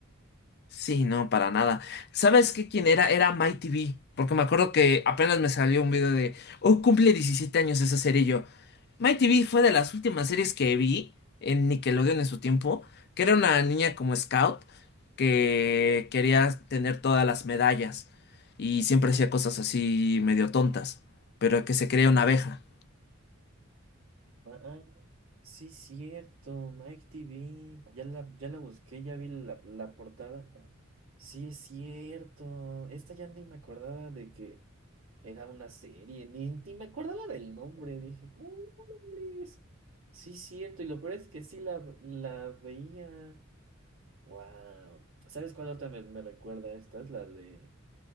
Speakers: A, on the left; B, on the right.
A: Sí, no, para nada. ¿Sabes qué? ¿Quién era? Era MyTV. Porque me acuerdo que apenas me salió un video de. Oh, cumple 17 años esa serie y yo. My TV fue de las últimas series que vi en Nickelodeon en su tiempo, que era una niña como scout que quería tener todas las medallas y siempre hacía cosas así medio tontas, pero que se creía una abeja.
B: Ah, sí, cierto, Mike TV. Ya la, ya la busqué, ya vi la, la portada. Sí, es cierto. Esta ya ni me acordaba de que era una serie, ni, ni me acordaba del nombre. Dije, "Órales". Sí, cierto. Y lo peor es que sí la, la veía. Wow. ¿Sabes cuál otra me, me recuerda a esta? Es la de